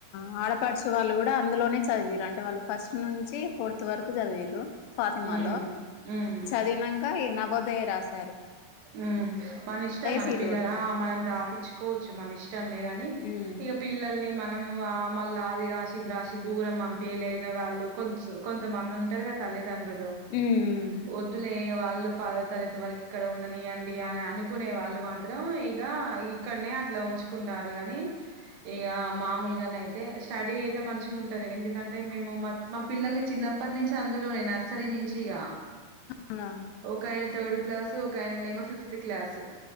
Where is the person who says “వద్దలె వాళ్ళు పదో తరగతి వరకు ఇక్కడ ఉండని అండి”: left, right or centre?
Right